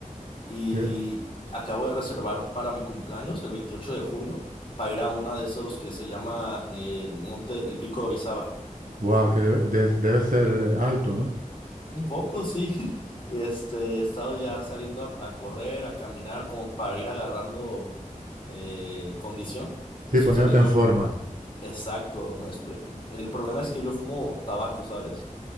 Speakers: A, on the left; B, on the right.
A: y
B: que,
A: acabo de reservar para mi cumpleaños, el 28 de junio, para ir a una de esos que se llama eh, el monte, el Pico de Orizaba.
B: wow, que debe, de- debe ser eh, alto, ¿no?
A: Un poco, sí. <laughs> Este, he estado ya saliendo a, a correr, a caminar, como para ir agarrando eh, condición. Me
B: Sí,
A: estoy
B: poniéndote
A: saliendo,
B: en forma.
A: exacto. me- el problema es que yo fumo tabaco, ¿sabes?